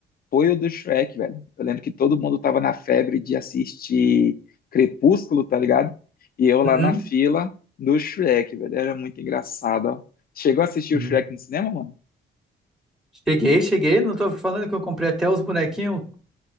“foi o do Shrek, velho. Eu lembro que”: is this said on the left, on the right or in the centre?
Left